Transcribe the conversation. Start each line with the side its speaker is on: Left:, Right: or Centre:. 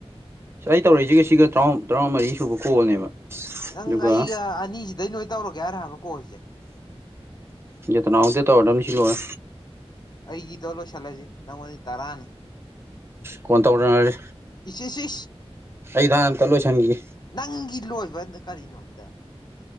Right: ꯑꯩ ꯇꯧꯔꯛꯏꯁꯤꯒ ꯁꯤꯒ ꯇꯔꯥ ꯇꯔꯥꯃꯔꯤ ꯁꯨꯕ ꯀꯣꯜꯅꯦꯕ
Left: ꯅꯪ
Right: ꯑꯗꯨꯒ
Left: ꯑꯩꯒ ꯑꯅꯤꯁꯤꯗꯩ ꯅꯣꯏ ꯇꯧꯔꯒꯦ ꯍꯥꯏꯔ ꯍꯥꯏꯕ ꯀꯣꯜꯁꯦ
Right: ꯇꯅ ꯑꯣꯗ ꯑꯣꯔ ꯃꯤ ꯁꯤ ꯂꯔ
Left: ꯑꯩꯒꯤꯗꯣ ꯂꯣꯏꯁꯤꯜꯂꯁꯤ ꯅꯪꯉꯣꯟꯗꯤ ꯇꯔꯥꯅꯤ
Right: ꯀꯣꯟ ꯇꯧꯗꯅꯔꯦ
Left: ꯏꯆꯦꯁꯤ
Right: ꯑꯩꯗ ꯍꯥꯟꯅ ꯑꯝꯇ ꯂꯣꯏꯁꯤꯟꯈꯤꯒꯦ
Left: ꯅꯪꯒꯤ ꯂꯣꯏ ꯗꯥ ꯀꯅꯣ ꯑꯗ